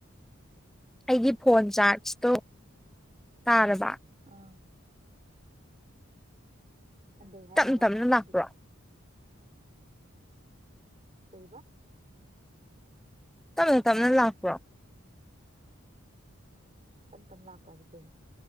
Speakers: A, in the centre; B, on the right.
A: ꯑꯩꯒꯤ ꯐꯣꯟ ꯆꯥ꯭ꯔꯖꯇꯣ ꯇꯥꯔꯕ
B: ꯑꯥ ꯑꯗꯩ ꯍꯥꯏꯔꯕ
A: ꯇꯞꯅ ꯇꯞꯅ ꯂꯥꯛꯄ꯭ꯔꯣ
B: ꯍꯥꯏꯗꯤ ꯀꯩꯕ
A: ꯇꯞꯅ ꯇꯞꯅ ꯂꯥꯛꯄ꯭ꯔꯣ
B: ꯇꯞ ꯇꯞꯅ ꯂꯥꯛꯄ꯭ꯔꯥꯗꯤ ꯀꯩꯅꯣ